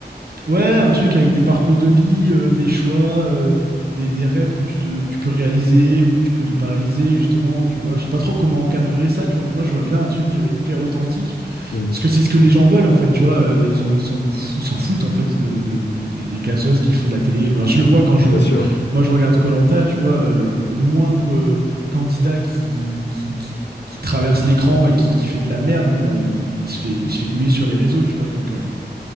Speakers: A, on the right; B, on the left.
A: ouais, un truc avec des parcours de vie, euh, des choix, euh, des, des rêves que tu, de- tu peux réaliser ou que tu peux ne pas réaliser, justement, tu vois. Je sais pas trop comment encadrer ça, tu vois, mais moi, je vois bien un truc euh, hyper authentique
B: Mm.
A: parce que c'est ce que les gens veulent en fait, tu vois, euh, ils ont, ils sont, ils s'en foutent en fait de, de- de- de- des casseuses qui font de la télé. Ben, je le vois quand je,
B: Bien sûr.
A: je- moi je regarde Koh-Lanta, tu vois, euh, le, le moindre euh, candidat qui, qui, qui, qui traverse l'écran et qui, qui fait de la merde, bon bah il, il se fait, il se fait huer sur les réseaux, tu vois. Donc euh,